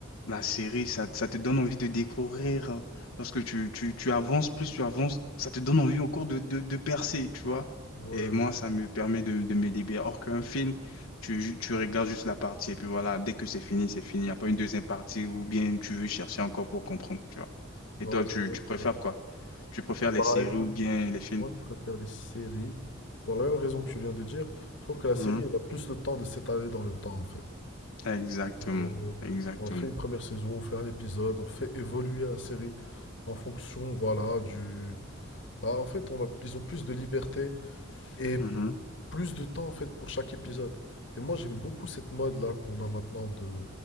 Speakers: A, on the left (about 85°); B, on the left (about 60°).
A: la série, ça, ça te donne envie de découvrir. hein, Parce que tu, tu, tu avances, plus tu avances, ça te donne envie au cours de, de, de percer, tu vois.
B: Ouais,
A: Et moi, ça me permet de, de me libérer. Or qu'un film, tu, ju- tu regardes juste la partie, et puis voilà, dès que c'est fini, c'est fini. Il n'y a pas une deuxième partie ou bien tu veux chercher encore pour comprendre, tu vois. Et
B: ouais,
A: toi,
B: c'est
A: tu,
B: vrai
A: tu préfères
B: que...
A: quoi? Tu préfères les
B: Bah
A: séries
B: écoute,
A: ou bien les films?
B: moi je préfère les séries pour la même raison que tu viens de dire. Je trouve que la série,
A: Mhm.
B: elle a plus le temps de s'étaler dans le temps en fait.
A: Exactement,
B: Euh,
A: exactement.
B: On fait une première saison, on fait un épisode, on fait évoluer la série en fonction, voilà, du... Bah, en fait, on a- ils ont plus de liberté et
A: Mhm.
B: plus de temps, en fait, pour chaque épisode. Et moi, j'aime beaucoup cette mode-là qu'on a maintenant de